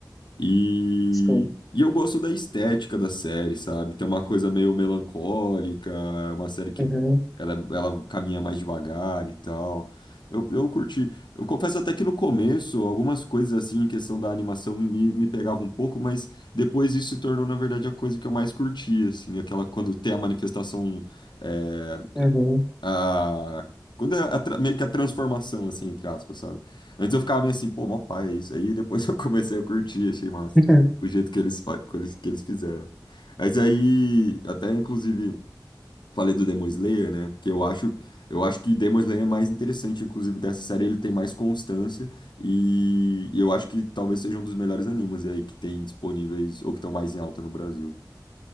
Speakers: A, on the left; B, in the centre.
A: E,
B: Sim.
A: e eu gosto da estética da série, sabe? Tem uma coisa meio melancólica, é uma série que
B: Uhum,
A: ela, ela caminha mais devagar e tal. Eu, eu curti. Eu confesso até que no começo, algumas coisas assim, em questão da animação, me, me pegavam um pouco, mas depois isso se tornou, na verdade, a coisa que eu mais curti, assim, aquela quando tem a manifestação eh,
B: uhum.
A: a, quando é a tra- meio que a transformação, assim, entre aspas, sabe? Antes eu ficava meio assim, pô, mó pai, é isso aí. Depois <laughs> eu comecei a curtir, achei massa
B: <laughs>
A: o jeito que eles, fa- que eles, que eles fizeram. Mas aí, até inclusive, falei do Demon Slayer, né? Que eu acho, eu acho que Demon Slayer é mais interessante, inclusive, dessa série. Ele tem mais constância e eu acho que talvez seja um dos melhores animes aí que tem disponíveis ou que estão mais em alta no Brasil.